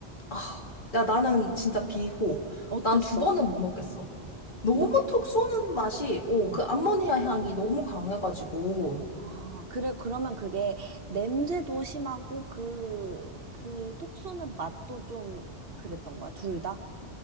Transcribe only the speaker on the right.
어땠어?
너?
어.
아, 그래, 그러면 그게 냄새도 심하고 그, 그 톡 쏘는 맛도 좀 그랬던 거야, 둘 다?